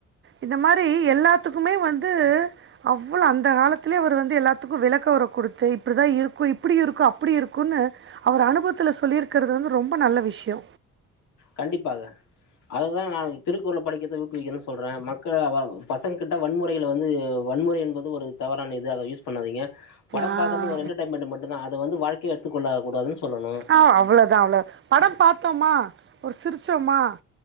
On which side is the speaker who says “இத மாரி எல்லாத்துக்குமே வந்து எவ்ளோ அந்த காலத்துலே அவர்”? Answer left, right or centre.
Right